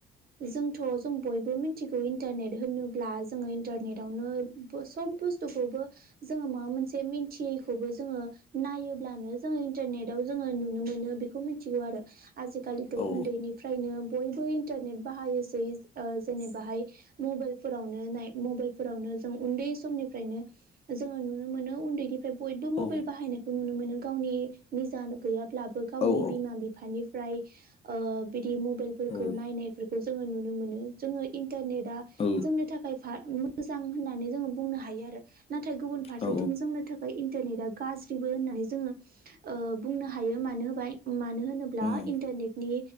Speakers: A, on the right; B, on the left.
A: जोंथ' जों बयबो मिन्थिगौ इन्टारनेट होनोब्ला जोङो इन्टारनेटावनो बो सब बुस्थुखौबो जोङो माबा मोनसे मिन्थियैखौबो जोङो नायोब्लानो जोङो इन्टारनेट आव जोङो नुनो मोनो बेखौ मोनथिगौ आरो आजिकालिथ'
B: औ
A: उन्दैनिफ्रायनो बयबो इन्टारनेट बाहायोसै जेनेबाहाय मबेलफोरावनो नाय मबेलफोरावनो जों उन्दै समनिफ्रायनो जोङो नुनो मोनो उन्दैनिफ्राय बयबो मबेल
B: औ
A: बाहायनायखौ नुनो मोनो गाव गावनि निजानो गैयाब्लाबो गावनि
B: औ औ
A: बिमा बिफानिफ्राय ओ बिदि मबेल फोरखौ
B: औ
A: नायनायफोरखौ जोङो नुनो मोनो। जोङो इन्टारनेटा
B: औ
A: जोंनि थाखाय फा मोजां होननानै जोङो बुंनो हायो आरो नाथाय गुबुन फारसेथिं
B: औ
A: जोंनो थाखाय इन्टारनेटा गाज्रिबो होननानै जोङो ओ बुंनो हायो मोनोबाय मानो होनोब्ला
B: उम
A: इन्टारनेटनि